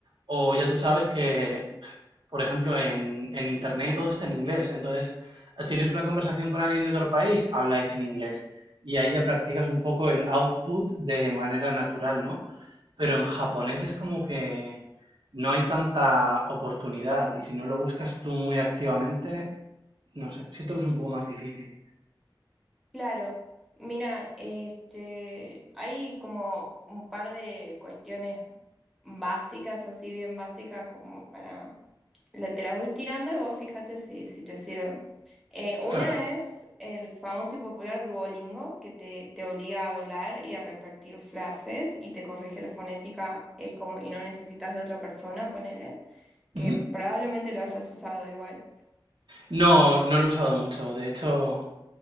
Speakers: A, on the right; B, in the centre.
A: O ya tú sabes que por ejemplo, en, en Internet todo está en inglés. Entonces, ah, tienes una conversación con alguien de otro país, habláis en inglés. Y ahí ya practicas un poco el output de manera natural, ¿no? Pero en japonés es como que no hay tanta oportunidad y si no lo buscas tú muy activamente, no sé, siento que es un poco más difícil.
B: Claro, mira, este, hay como un par de cuestiones básicas, así bien básicas, como para, la- te las voy tirando y vos fíjate si, si te sirven. Eh, una
A: Claro.
B: es el famoso y popular Duolingo, que te, te obliga a hablar y a repetir frases y te corrige la fonética, es como, y no necesitas de otra persona, ponele, que
A: Ujú.
B: probablemente lo hayas usado igual.
A: No, no lo he usado mucho. De hecho,